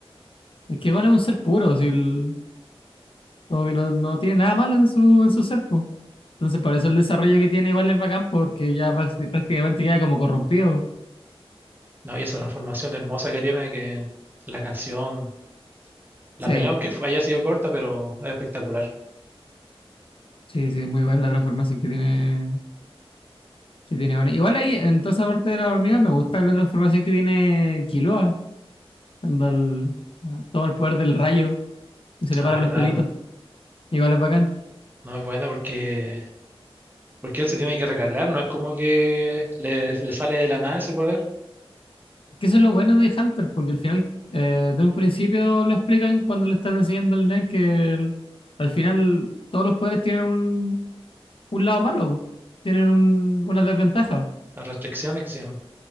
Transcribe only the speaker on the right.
No, y esa transformación hermosa que tiene, que la canción, la
pelea, aunque fu- haya sido corta, pero es espectacular.
Ah,
claro.
No es buena porque, porque él se tiene que recargar, no es como que le, le sale de la nada ese poder.
Las restricciones que se llaman.